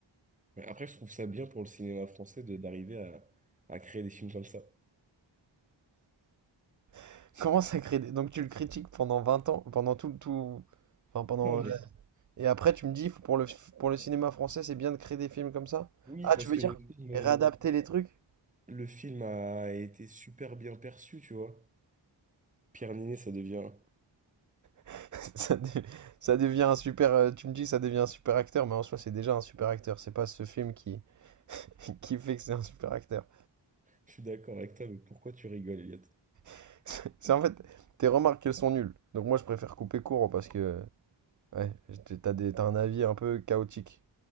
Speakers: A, on the right; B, on the right.
A: Mais après, je trouve ça bien pour le cinéma français de d'arriver à, à créer des films comme ça. <laughs>
B: <laughs> Comment ça crée. des- Donc, tu le critiques pendant 20 ans, pendant tout, tout... Enfin, pendant
A: Non, mais
B: Et après, tu me dis, faut- pour le, pour le cinéma français, c'est bien de créer des films comme ça?
A: oui,
B: Ah,
A: parce
B: tu veux
A: que
B: dire
A: le film, euh,
B: et réadapter les trucs?
A: le film a été super bien perçu, tu vois. Pierre Niney, ça devient.
B: <laughs> Ça, de- ça devient un super. euh, Tu me dis, ça devient un super acteur, mais en soi, c'est déjà un super acteur. C'est pas ce film qui, <laughs> qui fait que c'est un super acteur.
A: Je suis d'accord avec toi, mais pourquoi tu rigoles, Elliot?
B: <laughs> C'est en fait, tes remarques, elles sont nulles. Donc moi, je préfère couper court parce que, ouais, t'as des, t'as un avis un peu chaotique.